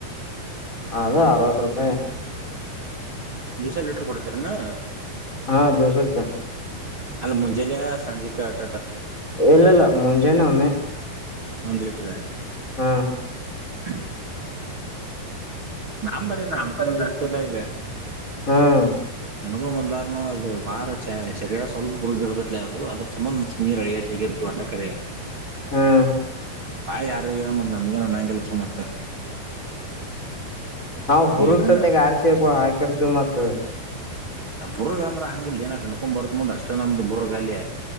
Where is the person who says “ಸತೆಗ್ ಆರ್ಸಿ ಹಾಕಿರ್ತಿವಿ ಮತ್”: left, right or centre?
Left